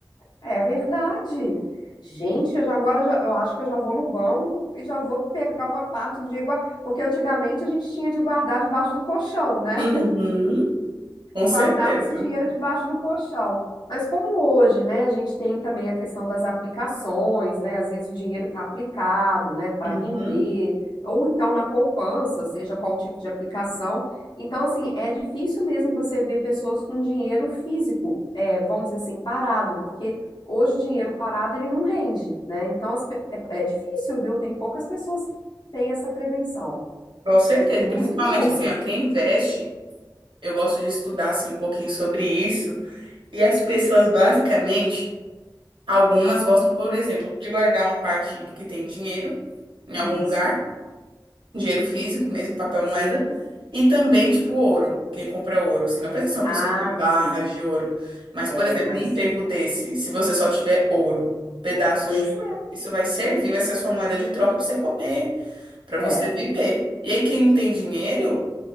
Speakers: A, on the left (about 65°); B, on the right (about 85°).
A: É verdade. Gente, eu já, agora já- eu acho que eu já vou no banco e já vou pegar uma parte do dinheiro, gua- porque antigamente a gente tinha de guardar debaixo do colchão, né?
B: Uhum, com certeza.
A: guardava esse dinheiro debaixo do colchão. Mas como hoje, né, a gente tem também a questão das aplicações, né? Às vezes o dinheiro está aplicado, né, para
B: Uhum,
A: render, ou então na poupança, seja qual tipo de aplicação. Então, assim, é difícil mesmo você ver pessoas com dinheiro físico, é, vamos dizer assim, parado, porque hoje o dinheiro parado ele não rende, né? Então, as pe- é, é difícil, viu? Tem poucas pessoas que têm essa prevenção,
B: com certeza.
A: muito
B: Principalmente
A: poucas.
B: assim, ó, quem investe, eu gosto de estudar assim um pouquinho sobre isso. E as pessoas basicamente, algumas gostam, por exemplo, de guardar uma parte do que tem dinheiro em
A: Isso,
B: algum lugar. dinheiro físico mesmo, papel
A: sim.
B: moeda, e também, tipo, ouro, quem compra é ouro, assim, não precisa ser uma
A: Ah,
B: pessoa que tem barras
A: sim.
B: de ouro, mas,
A: É,
B: por exemplo,
A: mas,
B: em um tempo desse, se você só tiver ouro, pedaços
A: pois
B: de ouro, isso vai servir, vai ser a sua moeda de troca para você comer, para
A: é,
B: você
A: é.
B: viver. E aí, quem não tem dinheiro,